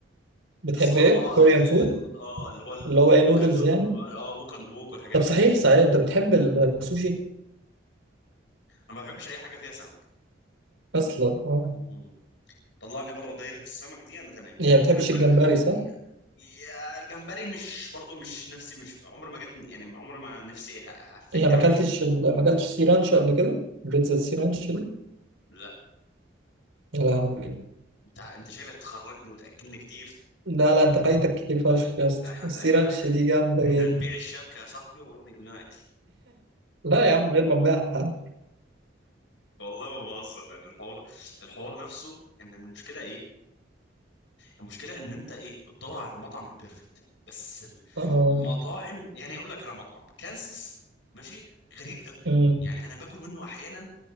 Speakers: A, on the right; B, on the left.
A: بتحب
B: بس برضو
A: ايه
B: اه
A: كوريان
B: ال-
A: فود
B: ال- اه اللي هو الووك
A: اللي هو ايه نودلز
B: اند اه
A: يعني
B: ووك اند ووك والحاجات
A: طب
B: دي
A: صحيح صحيح انت بتحب السوشي
B: انا ما بحبش اي حاجه فيها سمك
A: اصلا اه
B: مم. طلعني بره دايره السمك دي انا تمام
A: يعني ما بتحبش
B: انا ممكن
A: الجمبري
B: أغ...
A: صح؟
B: يا الجمبري مش برضو مش نفسي مش عمر ما جت يعني عمر ما نفسي ه- هفتني
A: يعني ما
B: عليه
A: اكلتش ال... ما اكلتش سي رانش قبل كده؟ بيتزا سي رانش دي؟
B: لا
A: يا لهوي
B: انت انت شكلك هتخرجني وتاكلني كتير
A: لا لا انت فايتك كتير فشخ يا اسطى
B: احنا
A: السي
B: احنا
A: رانش دي جامده
B: احنا
A: جدا
B: هنبيع الشبكه يا صاحبي ونروح نجيب لنا اكل
A: لا يا عم من غير ما نبيعها
B: والله ما بهزر يعني الحوار الحوار نفسه ان المشكله ايه المشكله ان انت ايه بتدور على المطعم البيرفكت بس
A: اه
B: المطاعم يعني اقول لك على مطعم كانسس ماشي غريب قوي
A: امم
B: يعني انا باكل منه احيانا